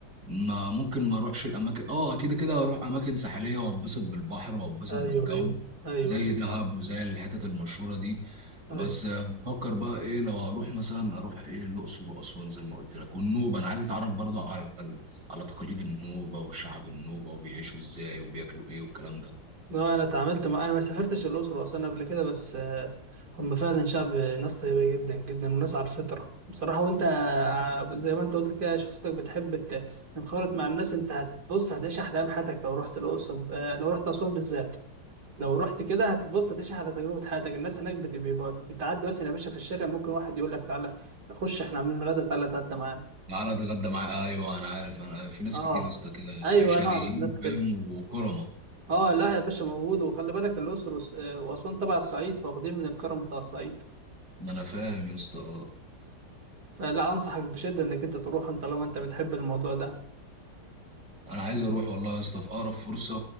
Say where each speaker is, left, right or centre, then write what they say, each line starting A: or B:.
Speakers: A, on the right; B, on the right.
A: ما ممكن ما اروحش الاماكن اه كده كده هروح اماكن ساحليه واتبسط بالبحر واتبسط
B: ايوه
A: بالجو
B: ايوه,
A: زي دهب وزي الحتت المشهوره دي بس
B: أيوة.
A: بفكر بقى ايه لو هروح مثلا اروح ايه الاقصر واسوان زي ما قلت لك والنوبه انا عايز اتعرف برضه على على تقاليد النوبه والشعب النوبه وبيعيشوا ازاي وبياكلوا ايه والكلام ده
B: اه انا اتعاملت مع انا ما سافرتش الاقصر واسوان قبل كده بس آه، هم فعلا شعب ناس طيبه جدا جدا وناس على الفطره بصراحه وانت ع- زي ما انت قلت كده شخصيتك بتحب ت- تنخرط مع الناس انت هتبص هتعيش احلام حياتك لو رحت الاقصر آه، لو رحت اسوان بالذات لو رحت كده هتبص هتعيش على تجربه حياتك الناس هناك بتبقى بتعدي مثلا يا باشا في الشارع ممكن واحد يقول لك تعالى نخش احنا عاملين غدا تعالى اتغدى معانا
A: معانا اتغدى معاه ايوه انا عارف انا في ناس
B: اه
A: كتير يا اسطى كده
B: ايوه
A: عشريين
B: انا اعرف ناس كده
A: فاهم وكرمه
B: اه لا يا باشا موجود وخلي بالك الأقصر وس- آه، وأسوان تبع الصعيد فواخدين من الكرم بتاع الصعيد
A: ما انا فاهم يا اسطى اه
B: فلا أنصحك بشدة إنك أنت تروح أنت لو أنت بتحب الموضوع ده
A: انا عايز اروح والله يا اسطى في اقرب فرصه